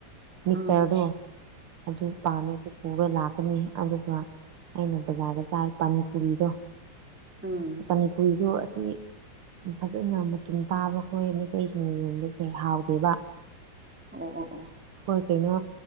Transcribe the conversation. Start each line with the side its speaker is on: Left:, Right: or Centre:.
Right: ꯃꯤꯛꯆꯔꯗꯣ
Centre: ꯎꯝ
Right: ꯑꯗꯨ ꯄꯥꯝꯃꯦ ꯑꯗꯨ ꯄꯨꯔ ꯂꯥꯛꯀꯅꯤ ꯑꯗꯨꯒ ꯑꯩꯅ ꯕꯖꯥꯔꯗ ꯆꯥ ꯄꯅꯤꯄꯨꯔꯤꯗꯣ
Centre: ꯎꯝ
Right: ꯃꯅꯤꯄꯨꯔꯤꯁꯨ ꯑꯁꯤ ꯐꯖꯥꯟꯅ ꯃꯇꯨꯝ ꯇꯥꯕ ꯑꯩꯈꯣꯏ ꯃꯩꯇꯩꯁꯤꯡꯒꯤ ꯌꯣꯟꯕꯁꯦ ꯍꯥꯎꯗꯦꯕ
Centre: ꯑꯣ ꯑꯣ ꯑꯣ
Right: ꯍꯣꯏ ꯀꯩꯅꯣ